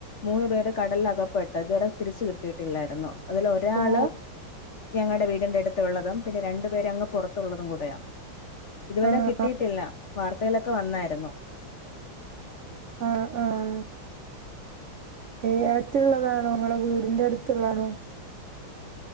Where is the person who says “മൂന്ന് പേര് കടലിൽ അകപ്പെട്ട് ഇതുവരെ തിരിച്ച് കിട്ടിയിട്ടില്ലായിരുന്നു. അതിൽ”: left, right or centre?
Left